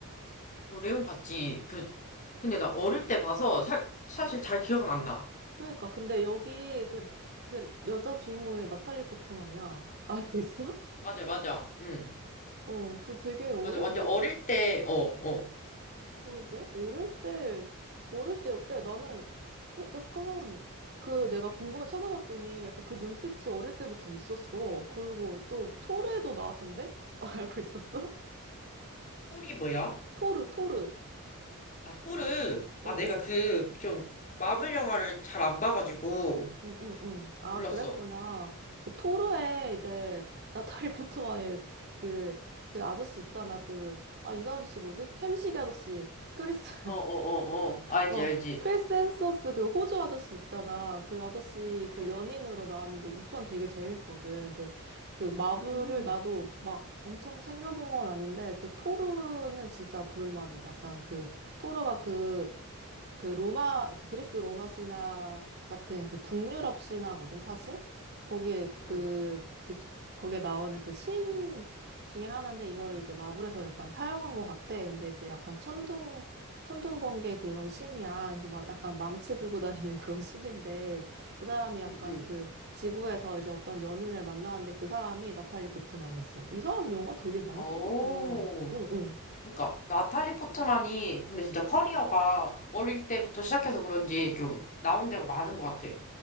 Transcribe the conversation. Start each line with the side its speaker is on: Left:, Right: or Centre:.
Left: 어, 레옹 봤지. 그, 근데 나 어릴 때 봐서 살, 사실 잘 기억은 안 나.
Right: 그러니까 근데 여기 그, 그 여자 주인공이 나탈리 포트만이야. <laughs> 알고 있어?
Left: 맞아, 맞아. 응.
Right: 어, 그 되게 어릴
Left: 맞아. 완전
Right: 때
Left: 어릴 때, 어, 어.
Right: 그러게? 어릴 때, 어릴 때 어때? 나는, 어, 약간, 그 내가 궁금해 찾아봤더니 약간 그 눈빛이 어릴 때부터 있었어. 그리고 또 토르에도 나왔던데? <laughs> 너 알고 있었어?
Left: 폴이 뭐야?
Right: 토르, 토르.
Left: 아, 폴을,
Right: 어,
Left: 아, 내가
Right: 어.
Left: 그, 좀, 마블 영화를 잘 안 봐가지고,
Right: 응, 응, 응. 아,
Left: 몰랐어.
Right: 그랬구나. 그 토르에 이제 나탈리 포트만의 <laughs> 그, 그 아저씨 있잖아. 그, 아, 이 아저씨 뭐지? 햄식이 아저씨. 크리스
Left: 어, 어, 어, 어. 알지,
Right: 어,
Left: 알지.
Right: 크리스 햄스워스 그 호주 아저씨 있잖아. 그 아저씨 그
Left: 응,
Right: 연인으로 나왔는데 이 편 되게 재밌거든. 근데 그 마블을
Left: 음,
Right: 나도 막 엄청 챙겨본 건 아닌데 그 토르는 진짜 볼만해. 약간 그 토르가 그 그 로마, 그 그리스 로마 신화 같은 그 북유럽 신화거든, 사실? 거기에 그,
Left: 응,
Right: 그, 거기에 나오는 그 신 중에 하나인데, 이거를 이제 마블에서 약간 사용한 것 같아. 근데 이제 약간 천둥, 천둥번개 그런 신이야. 그래서 막 약간 망치 들고 다니는 <laughs> 그런 신인데, 이 사람이 약간
Left: 응, 응.
Right: 그 지구에서 이제 어떤 연인을 만나는데 그 사람이 나탈리 보트만이었어. 이 사람 영화 되게 많이
Left: 오.
Right: 찍었구나. 응, 응.
Left: 그러니까, 나탈리 포트만이, 근데 진짜 커리어가 어릴 때부터 시작해서 그런지 좀 나온 데가 많은 것 같아.